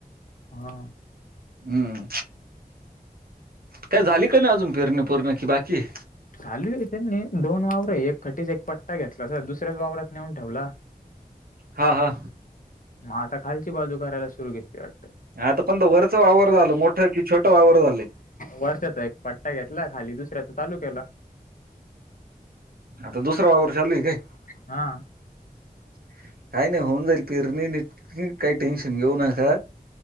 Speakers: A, on the left; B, on the right.
A: हा..
B: हम्म काय झाली की नाही अजून पेरणी पुरणी की बाकी आहे?
A: चालू आहे त्यांनी दोन वावर आहे एकखटीच एक पट्टा घेतला तर दुसऱ्याच वावरात नेऊन ठेवला.
B: हा हा.
A: मग आता खालची बाजू करायला सुरू घेतली वाटत.
B: आता कोणत वरच वावर झालं मोठं की छोटं वावर झालंय?
A: वरच्याचा एक पट्टा घेतला खाली दुसऱ्याच चालू केला.
B: आता दुसरा वावर चालुय काय?
A: हा.
B: <inaudible> काय नाही होऊन जाईल पिरणी निट काही टेन्शन घेऊ नका.